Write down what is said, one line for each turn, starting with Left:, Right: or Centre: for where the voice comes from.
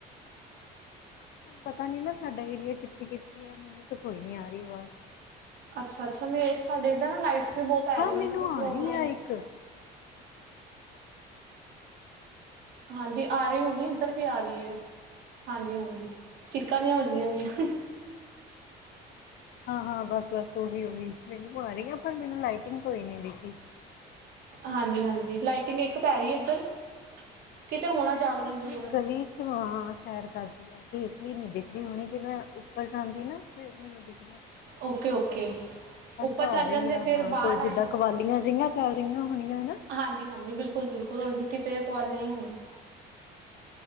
Left: ਪਤਾ ਨੀ ਨਾ ਸਾਡਾ ਏਰੀਆ ਕਿੱਥੇ-ਕਿੱਥੇ ਆ ਮੈਨੂੰ ਤਾਂ ਕੋਈ ਨੀ ਆ ਰਹੀ ਆਵਾਜ਼।
Right: ਅੱਛਾ-ਅੱਛਾ ਮੇਰੇ ਸਾਡੇ ਇੱਧਰ ਨਾ ਲਾਈਟਸ ਬਹੁਤ ਪੈ
Left: ਹਾਂ
Right: ਰਹੀਆਂ
Left: ਮੈਨੂੰ
Right: ਉਹ ਪ੍ਰੋਗਰਾਮ
Left: ਆ ਰਹੀ ਆ ਇੱਕ
Right: ਹਾਂਜੀ ਆ ਰਹੀ ਹੋਣੀ ਇੱਧਰ ਵੀ ਆ ਰਹੀ ਹੈ। ਹਾਂਜੀ-ਹਾਂਜੀ, ਚੀਕਾਂ ਜੀਆਂ ਵੱਜਦੀਆਂ ਪਈਆਂ।
Left: ਹਾਂ-ਹਾਂ ਬਸ-ਬਸ ਉਹੀ-ਉਹੀ ਮੈਨੂੰ ਆ ਰਹੀ ਆ ਪਰ ਮੈਨੂੰ ਲਾਈਟਿੰਗ ਕੋਈ ਨਹੀਂ ਦਿਖੀ।
Right: ਹਾਂਜੀ-ਹਾਂਜੀ ਲਾਈਟਿੰਗ ਇੱਕ ਪੈ ਰਹੀ ਹੈ ਇੱਧਰ। ਕਿਤੇ
Left: ਉਹ
Right: ਹੋਣਾ
Left: ਮੈਂ
Right: ਜਾਗਰਣ
Left: ਨਾ ਐਕਚੁਲੀ
Right: ਜੁਗਰਣ
Left: ਗਲੀ 'ਚ ਵਾ ਸੈਰ ਕਰਦੀ ਆ ਜੇ ਇਸ ਲਈ ਨਹੀਂ ਦਿਖ ਦੀ ਹੋਣੀ ਜੇ ਮੈਂ ਉੱਪਰ ਜਾਂਦੀ ਨਾ ਫੇਰ ਮੈਨੂੰ ਦਿਖ
Right: ਓਕੇ-ਓਕੇ ਉੱਪਰ
Left: ਤਾਂ
Right: ਚੱਲ
Left: ਆ ਰਹੀ
Right: ਜਾਂਦੇ
Left: ਆ
Right: ਫਿਰ
Left: ਹਾਂ
Right: ਬਾਹਰ
Left: ਕੋਈ
Right: ਆਏ,
Left: ਜਿੱਦਾਂ ਕਵਾਲੀਆਂ ਜਿਹੀਆਂ ਚੱਲ ਰਹੀਆਂ ਹੋਣੀਆਂ ਨਾ
Right: ਹਾਂਜੀ-ਹਾਂਜੀ ਬਿਲਕੁਲ-ਬਿਲਕੁਲ ਉਹੀ ਕਿਤੇ ਕੁਆਲੀਆਂ ਹੀ ਹੋਣੀਆਂ।